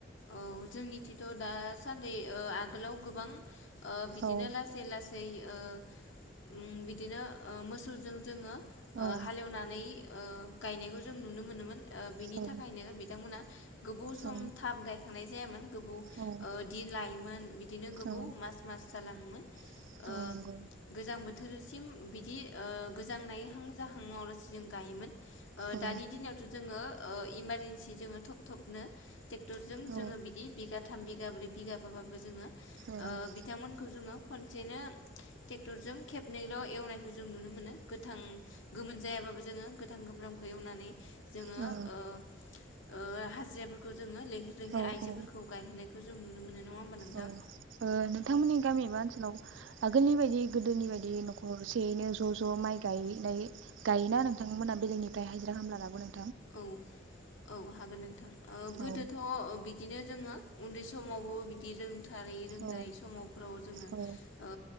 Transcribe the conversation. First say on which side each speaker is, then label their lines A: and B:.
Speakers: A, on the left; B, on the right.
A: औ जोंनिथिथ दासान्दि ओ आगोलाव गोबां ओ बिदिनो
B: औ
A: लासै लासै ओ ओम बिदिनो ओ मोसौजों जोङो ओ
B: औ
A: हालेवनानै ओ गायनायखौ जों नुनो मोनोमोन ओ बिनि
B: औ
A: थाखायनो बिथांमोना गोबाव सम
B: औ
A: थाब गाय खांनाय जायामोन गोबाव
B: औ
A: ओ दि लायोमोन बिदिनो गोबाव
B: औ
A: मास मास <unintelligible>
B: <unintelligible>
A: ओ
B: नंगौ
A: गोजां बोथोरसिम बिदि ओ गोजां नायहां जाहांआव लासि जों गायोमोन ओ
B: औ
A: दानि दिनावथ जोङो ओ इमारजेनसि जोङो थब थबनो टेकटर जों
B: औ
A: जोङो बिदि बिगाथ थाम बिगाब्रै बिगाबाबो जोङो
B: औ
A: ओ बिथांमोनखौ जोङो खनसेनो ट्रेक्टर जों खेबनैल एवनायखौ जों नुनो मोनो गोथां गोमोन जायाबो जोङो गोथां गोब्रामखौ एवनानै जोङो
B: औ
A: ओ ओ हाजिराफोरखौ जोङो लिं नानै
B: औ
A: आइजोफोरखौ
B: औ
A: गायहोना खौ जों नुनो मोनो नङा होमबा नोंथां
B: औ ओ नोंथांमोननि गामि बा ओनसो लाव आगोलनि बायदि गोदोनि बायदि नखरसेयैनो ज ज माइ गायनाय गायोना नोंथांमोना बेलेगनिफ्राय हाजिरा खामला लाबो नों
A: औ औ हागोन नोंथां ओ गोदोथ
B: औ
A: ओ बिदिनो जोङो उन्दै समावबो बिदि जों थारै रोंद्रायि
B: औ
A: समफोराव जोङो
B: औ
A: ओ